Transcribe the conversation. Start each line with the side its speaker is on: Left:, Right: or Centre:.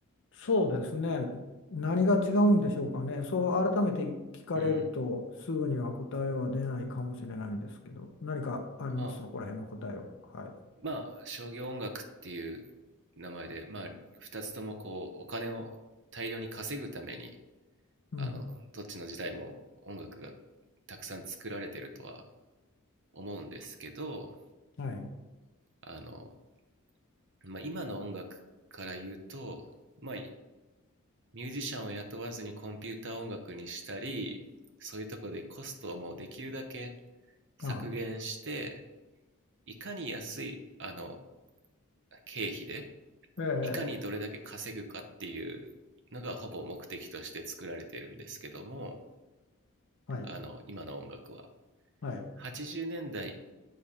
Left: そうですね。何が違うんでしょうかね。そう改めて聞かれるとすぐには答えは出ないかもしれないですけど、
Right: うん。
Left: 何かありますそこら辺の答えを。
Right: あ
Left: はい。
Right: まあ、商業音楽っていう名前で、まあ、二つともこう、お金を大量に稼ぐために、
Left: うん。
Right: あの、どっちの時代も音楽がたくさん作られてるとは思うんですけど、
Left: はい。
Right: あの、まあ、今の音楽から言うと、まあ、ミュージシャンを雇わずにコンピューター音楽にしたり、そういうとこでコストをもうできるだけ削減して、
Left: あ、
Right: いかに安い、あの、経費で、
Left: ええ、
Right: いかにどれだけ稼ぐかっていうのがほぼ目的として作られているんですけども、
Left: はい。
Right: あの、今の音楽は。
Left: はい。
Right: 80年代